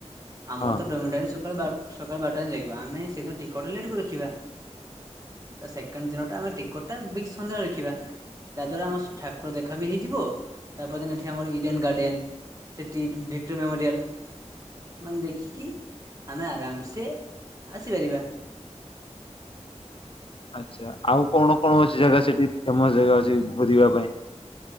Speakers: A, on the right; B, on the left.
A: ଆମର
B: ହଁ।
A: ତ ଡୋମିଟ ସକାଳ ବାର ସକାଳ ବାରଟାରେ ଲାଗିବ ଆମେ ସେଇଦିନ ଟିକଟ ଲେଟ୍ କରି ରଖିବା। ତା ସେକେଣ୍ଡ ଦିନଟା ଆମେ ଟିକେଟ ଟା ବି ସନ୍ଧ୍ୟା ଦେଖିବା। ତା ଦ୍ଵାରା ଆମ ସ ଠାକୁର ଦେଖା ବି ହେଇଯିବ ତାପର ଦିନ ଏଠି ଆମର ଇଡେନ ଗାର୍ଡେନ ସେଠି ଭିକ୍ଟୋର ମେମୋରିଆଲ ମାନେ ଦେଖିକି ଆମେ ଆରାମସେ ଆସିପାରିବା।
B: ଆଛା ଆଉ କଣ କଣ ଅଛି ଜାଗା ସେଠି ଫେମସ ଜାଗା ଅଛି ଘୁରିବା ପାଇଁ?